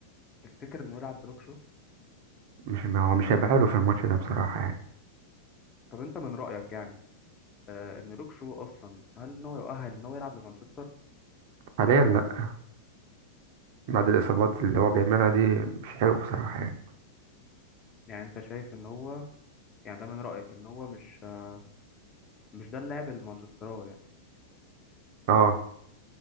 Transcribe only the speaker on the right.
مش ما هو مش هيبقى حلو في الماتش ده بصراحة يعني
حاليا لا بعد الإصابات اللي هو بيعملها دي مش حلو بصراحة يعني
اه